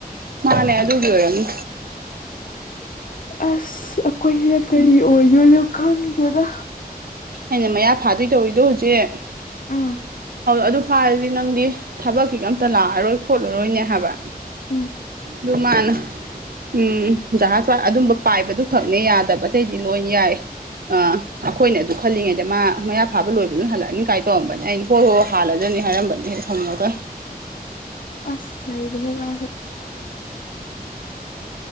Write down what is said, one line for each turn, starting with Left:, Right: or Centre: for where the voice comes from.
Right: ꯃꯅꯦ ꯑꯗꯨꯒꯤ ꯑꯣꯏꯔꯝꯅꯤ
Left: ꯑꯁ ꯑꯈꯣꯏꯁꯤꯅ ꯀꯔꯤ ꯑꯣꯏꯗꯣꯏꯅꯣ ꯈꯪꯗꯦꯗ꯫
Right: ꯑꯩꯅ ꯃꯌꯥ ꯐꯥꯕꯤ ꯇꯧꯋꯤꯗꯣ ꯍꯧꯖꯤꯛ
Left: ꯎꯝ
Right: ꯑꯗꯨ ꯐꯥꯔꯗꯤ ꯅꯪꯗꯤ ꯊꯕꯛꯀꯤ ꯑꯝꯇ ꯂꯥꯛꯑꯔꯣꯏ ꯈꯣꯠꯂꯔꯣꯏꯅꯦ ꯍꯥꯏꯕ꯫
Left: ꯎꯝ
Right: ꯂꯨꯃꯥꯟꯅ ꯎꯝ ꯖꯍꯥꯖ ꯑꯗꯨꯝꯕ ꯄꯥꯏꯕꯗꯨ ꯈꯛꯅꯦ ꯌꯥꯗꯕ ꯑꯇꯩꯗꯤ ꯂꯣꯏ ꯌꯥꯏ ꯑꯥ ꯑꯈꯣꯏꯅ ꯑꯗꯨ ꯈꯜꯂꯤꯉꯩꯗ ꯃꯥ ꯃꯌꯥ ꯐꯥꯕ ꯂꯣꯏꯕꯗꯨꯅ ꯍꯜꯂꯛꯑꯅꯤ ꯀꯥꯏꯅ ꯇꯧꯔꯝꯕꯅꯦ ꯑꯩꯗꯤ ꯍꯣꯏ ꯍꯣꯏ ꯍꯥꯜꯂꯗꯣꯏꯅꯤ ꯍꯥꯏꯔꯝꯕꯅꯤ ꯍꯦꯛ ꯁꯥꯎꯅꯤꯡꯉꯛꯇꯅ
Left: ꯑꯁ ꯅꯩꯔꯦꯍꯦ ꯃꯁꯨ